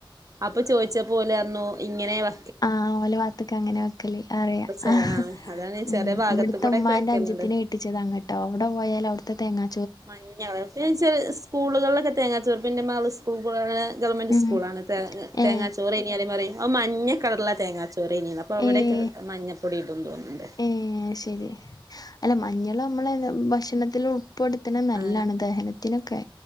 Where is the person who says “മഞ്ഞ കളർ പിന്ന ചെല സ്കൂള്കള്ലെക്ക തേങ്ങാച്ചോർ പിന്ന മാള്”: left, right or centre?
Right